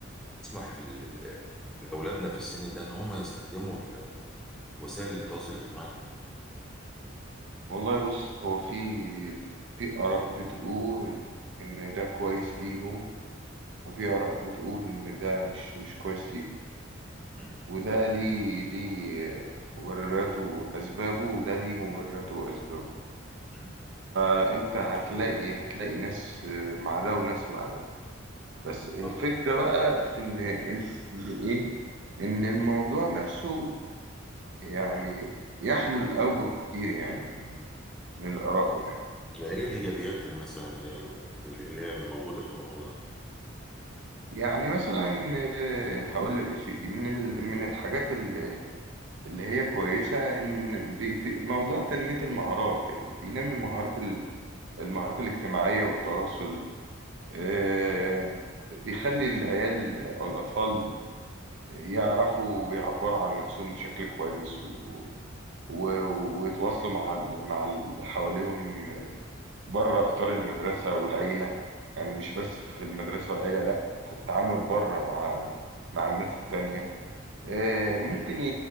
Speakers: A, in the centre; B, on the right.
A: نسمح ل- لاولادنا في السن ده ان هم يستخدموا ال- وسائل التواصل الاجتماعي؟
B: والله بص هو في في آراء بتقول إن ده كويس ليهم وفي آراء بتقول إن ده مش مش كويس ليهم
A: مم.
B: وده ليه ليه مبرراته وأسبابه وده ليه مبرراته وأسبابه
A: مم.
B: فأنت هتلاقي
A: طب
B: هتلاقي ناس مع ده وناس مع ده بس الفكرة
A: طب
B: بقى في إن إن إيه إن الموضوع نفسه يعني يحمل أوجه كتير يعني من من الآراء يعني
A: يعني ايه الايجابيات اللي مثلا اللي هي اللي هي الموجوده في الموضوع ده؟
B: يعني مثلا آه، هقول لك يا سيدي من ال- من الحاجات اللي اللي هي كويسة إن بي- بي- موضوع تنمية المهارات يعني بينمي مهارات ال- المهارات الاجتماعية والتواصل آه، بيخلي العيال أو الأطفال يعرفوا يعبروا عن نفسهم بشكل كويس و- و- ويتواصلوا مع ال- مع اللي حواليهم بره إطار المدرسة والعيلة يعني مش بس في المدرسة والعيلة لأ في التعامل بره مع مع الناس التانية آه، ممكن ي...